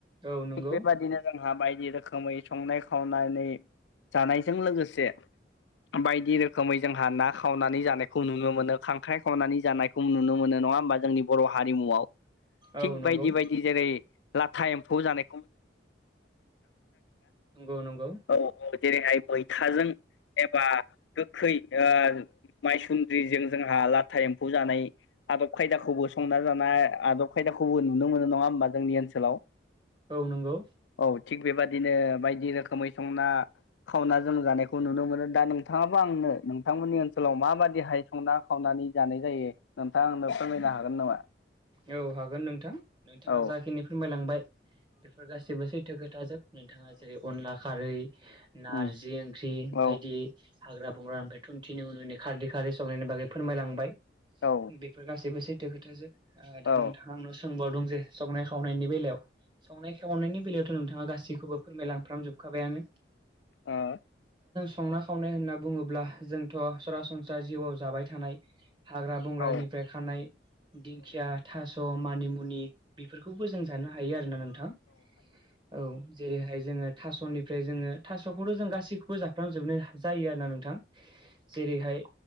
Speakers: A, on the right (about 25°); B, on the left (about 80°).
A: औ नंगौ
B: थिग बेबायदिनो जोंहा बायदि रोखोमै संनाय खाव नानै जानायजों लोगोसे बायदि रोखोमै जोंहा ना खावनानै जानायखौ नुनो मोनो खांख्राइ खावनानै जानायखौ नुनो मोनो। नङा होनबा जोंनि बर' हारिमुआव थिख
A: औ नंगौ
B: बायदि बायदि जेरै लाथाइ एमफौ जानाय
A: नंगौ नंगौ।
B: औ औ जेरैहाय मैथाजों एबा गोखै ओ माय सुन्द्रिजों जोंहा लाथा एम्फौ जानाय आदब खायदा खौबो संना जानाया आदब खायदा खौबो नुनो मोनो नङा होमबा जोंनि ओनसोलाव।
A: औ नंगौ।
B: औ थिग बेबादिनो बायदि रोखोमै संना खावना जों जानायखौ नुनो मोनो दा नोंथाङा आबो आंनो नोंथां मोननि ओनसोलाव माबादि हाय संना खावनानै जानाय जायो नोंथांआ आंनो फोरमायनो हा गोन नामा?
A: औ हागोन नोंथां नोंथाङा
B: औ
A: जाखिनि फोरमाय लांबाय बेफोर गासिबो सैथो खोथा जोब। नोंथाङा जेरै अनला खारै नारजि
B: उम
A: ओंख्रि बायदि
B: औ
A: हाग्रा बंग्रा निफ्राय थुमथिनि उननि खारदै खारै संनायनि बागै फोरमाय लांबाय
B: औ
A: बेफोर गासैबो सै बे खोथाजोब। ओ दा
B: औ
A: नोंथाङा आंनाव सोंबावदों जे संनाय खावनायनि बेलायाव। संनाय खावनायनि बेलायावथ' नोंथाङा गासैखौबो फोरमायलांफ्राम जोबखाबायानो।
B: ओ।
A: संनाय खावनाय होनना बुङोब्ला जोंथ' सरासनस्रा जिउआव जाबाय थानाय हाग्रा बंग्रानिफ्राय
B: औ
A: खानाय दिंखिया, थास' मानिमुनि बेफोरखौबो जों जानो हायो आरोना नोंथां औ। जेरैहाय जोङो थास'निफ्राय जोङो थास'खौथ' जों गासैखौबो जाफ्राम जोबनाय जायो आरो ना नोंथां जेरैहाय